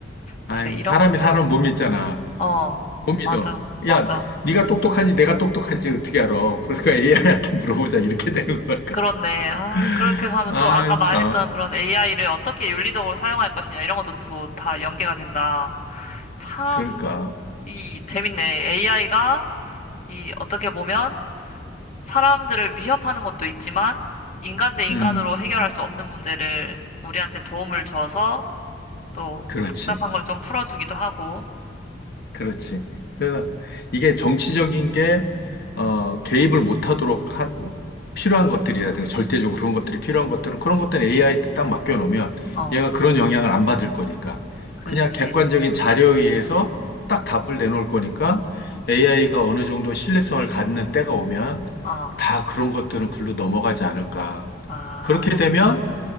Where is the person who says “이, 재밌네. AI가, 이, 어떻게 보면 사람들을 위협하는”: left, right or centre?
Left